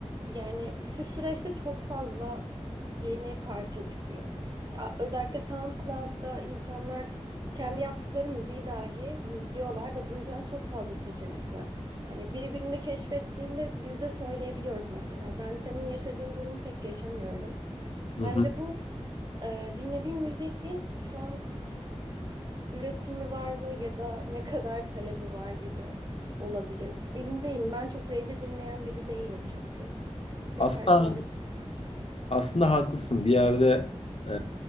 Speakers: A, on the right (about 40°); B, on the left (about 60°).
A: yani şu süreçte çok fazla yeni parça çıkıyor. Ya özellikle SoundCloud'da insanlar kendi yaptıkları müziği dahi yüklüyorlar ve bu yüzden çok fazla seçenek var. Hani biri birini keşfettiğinde biz de söyleyebiliyoruz mesela. Ben senin yaşadığın durumu pek yaşamıyorum.
B: Hı
A: Bence
B: hı.
A: bu e, dinlediğim müziğin şu an üretimi var mı ya da ne kadar talebi var gibi olabilir. Emin değilim. Ben çok rece dinleyen biri değilim çünkü. Pek
B: Aslında
A: karşıma da
B: Aslında haklısın. Bir yerde e,